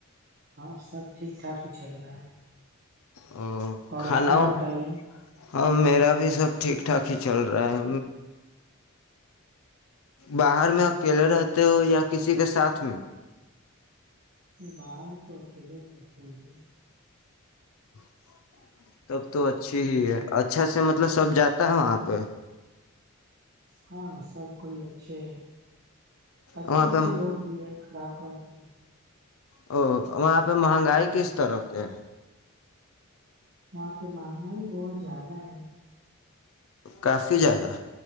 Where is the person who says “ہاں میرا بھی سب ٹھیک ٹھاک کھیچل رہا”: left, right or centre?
Left